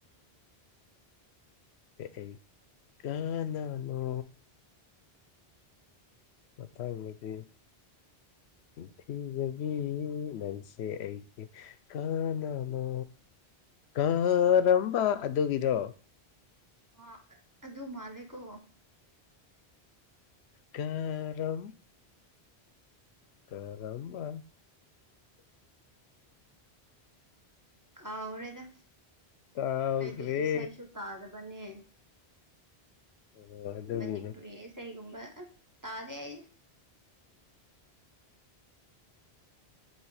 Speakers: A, on the left; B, on the right.
A: ꯑꯩ ꯀꯅꯅꯣ ꯑꯠꯇ ꯏꯗꯤ ꯊꯤꯖꯕꯤ ꯅꯪꯁꯦ ꯑꯩꯒꯤ ꯀꯅꯥꯅꯣ ꯀꯥꯔꯝꯕ ꯑꯗꯨꯒꯤꯔꯣ
B: ꯑ ꯑꯗꯨ ꯑꯗꯨ ꯃꯥꯂꯀꯣ
A: ꯀꯔꯝ ꯀꯔꯝꯕ
B: ꯀꯥꯎꯔꯦꯗ
A: ꯇꯥꯎꯈ꯭ꯔꯦ
B: ꯍꯥꯏꯗꯤ ꯏꯁꯩꯁꯨ ꯇꯥꯗꯕꯅꯦ
A: ꯑꯣ ꯑꯗꯨꯒꯤꯅꯦ
B: ꯃꯅꯤꯄꯨꯔꯤ ꯏꯁꯩꯒꯨꯝꯕ ꯇꯥꯗ ꯑꯩꯗꯤ